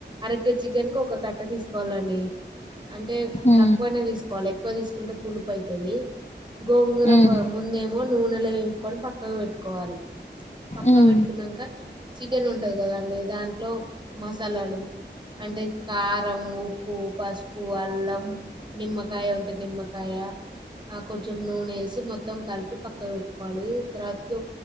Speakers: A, on the right; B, on the left.
A: అరకిలో కి చికెన్ కు ఒక కట్ట తీసుకోవాలండి. అంటే
B: ఉమ్
A: తక్కువనే తీసుకోవాలి ఎక్కువ తీసుకుంటే పులుపు అవుతాది. గోంగర
B: ఉమ్
A: ముందేమో నూనెలో వేంపుకొని పక్కకు పెట్టుకోవాలి. పక్కకు
B: ఉమ్
A: పెట్టుకున్నాక చికెన్ ఉంటది కదాండి దాంట్లో మసాలాలు అంటే కారం, ఉప్పు, పసుపు, అల్లం. నిమ్మకాయ ఉంటే నిమ్మకాయ ఆ కొంచెం నూనె వేసి మొత్తం కలిపి పక్కకు పెట్టుకోవాలి. తర్వాతికి